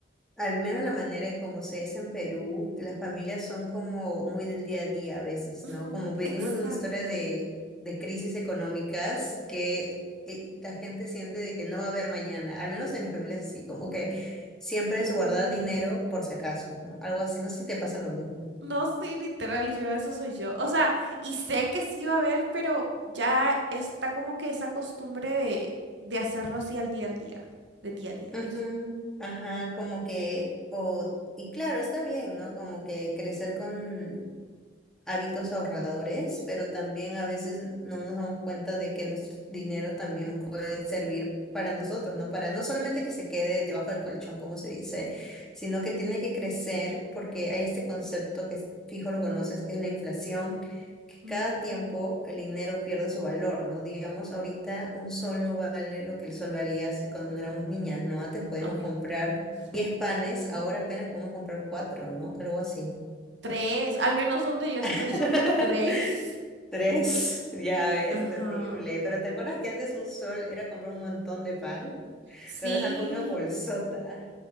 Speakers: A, in the centre; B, on the right.
A: Al menos la manera en cómo se es en Perú, las familias son como muy del día a día a veces,
B: Mm,
A: ¿no? Como venimos
B: exacto.
A: de una historia de, de crisis económicas que eh, la gente siente de que no va a haber mañana, al menos en mi familia es así, como que siempre
B: Yo.
A: es guardar
B: Ajá.
A: dinero por si acaso, ¿no? Algo así, no sé si te pasa lo mismo.
B: No, sí, literal, yo, eso soy yo. O sea, y sé que sí va a haber, pero ya está como que esa costumbre de, de hacerlo así al día al día, de día a día,
A: Ujú,
B: eso.
A: Ajá, como que, o, y claro, está bien, ¿no? Como que crecer con hábitos ahorradores, pero también a veces no nos damos cuenta de que nuestro dinero también puede servir para nosotros, ¿no? Para no solamente que se quede debajo del colchón, como se dice, sino que
B: Ujú.
A: tiene que crecer porque hay este concepto que es- fijo lo conoces, que es la inflación, que
B: Mm,
A: cada tiempo el dinero pierde su valor, ¿no? Digamos, ahorita un sol no vale lo que el sol valía hace cuando éramos niñas, ¿no? Antes podíamos
B: Ay,
A: comprar
B: mi Dios.
A: 10 panes, ahora apenas podemos comprar 4, ¿no? Algo así.
B: Tres, al menos donde yo
A: <laughs>
B: estoy son tres.
A: Tres, ya ves,
B: Ajá.
A: terrible. Pero ¿te acuerdas que antes un sol era comprar un montón de pan?
B: Sí,
A: Regresas con una bolsota.